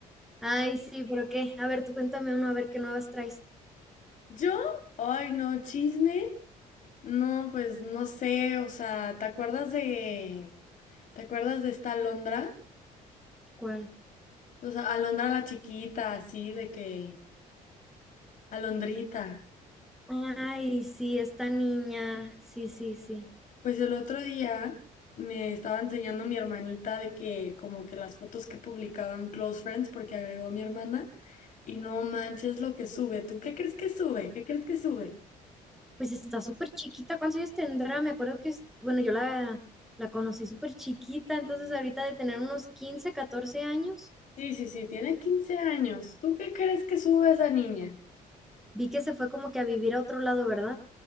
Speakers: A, in the centre; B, on the left (about 55°).
A: Ay, sí, pero qué. A ver, tú cuéntame uno, a ver qué nuevas traes.
B: ¿Yo? Ay, no, chisme. No, pues no sé, o sea, ¿te acuerdas de, te acuerdas de esta Alondra?
A: ¿Cuál?
B: Pues a- Alondra la chiquita, así de que, Alondrita.
A: Ay, sí, esta niña. Sí, sí, sí.
B: Pues el otro día me estaba enseñando mi hermanita de que como que las fotos que publicaban Close Friends, porque agregó mi hermana, y no manches lo que sube. ¿Tú qué crees que sube? ¿Qué crees que sube?
A: Pues está súper chiquita. ¿Cuántos años tendrá? Me acuerdo que es, bueno, yo la, la conocí súper chiquita, entonces ahorita de tener unos 15, 14 años,
B: Sí, sí, sí, tiene 15 años. ¿Tú qué crees que sube esa niña?
A: vi que se fue como que a vivir a otro lado, ¿verdad?